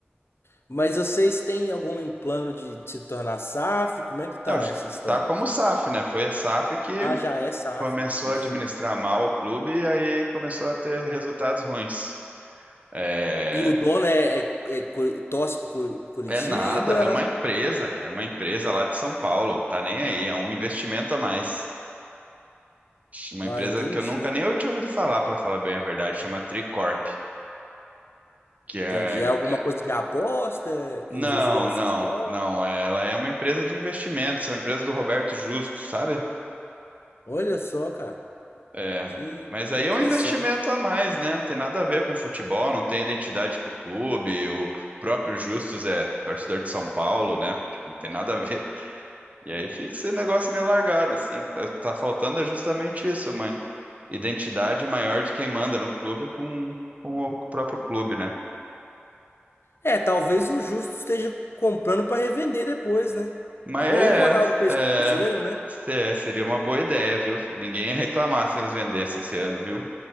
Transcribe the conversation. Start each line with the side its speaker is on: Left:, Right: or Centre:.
Left: Mas vocês têm algum plano de se tornar SAF? Como é que tá
Right: Não, j-
Left: essa história,
Right: tá como
Left: assim?
Right: o SAF, né? Foi a SAF que
Left: Ah, já é SAF,
Right: começou
Left: entendi.
Right: a administrar mal o clube e aí começou a ter resultados ruins. É,
Left: E o dono é, é, é Curi- torce pro Curi- Curitiba?
Right: é nada, é uma empresa, cara, uma empresa lá de São Paulo, tá nem aí, é um investimento a mais. Uma
Left: Ah,
Right: empresa
Left: entendi.
Right: que eu nunca nem eu tinha ouvido falar, para falar bem a verdade, chama Tricorp, que
Left: Entendi.
Right: é,
Left: É alguma
Right: é-
Left: coisa de aposta
Right: Não,
Left: é envolvida no
Right: não,
Left: futebol?
Right: não. é, Ela é uma empresa de investimentos, é uma empresa do Roberto Justo, sabe?
Left: Olha só, cara,
Right: É.
Left: que
Right: Mas aí
Left: interessante.
Right: é um investimento a mais, né? Não tem nada a ver com futebol, não tem identidade com o clube. O próprio Justus é torcedor de São Paulo, né? Tipo, não tem nada a ver. E aí fica esse negócio meio largado, assim. Tá, O que tá faltando é justamente isso, mãe. Identidade maior de quem manda no clube com, com o próprio clube, né?
Left: É, talvez o Justo esteja comprando para revender depois, né?
Right: Mas
Left: Igual
Right: é,
Left: o Ronaldo fez com o Cruzeiro,
Right: é,
Left: né?
Right: se- seria uma boa ideia, viu? Ninguém ia reclamar se eles vendessem esse ano, viu?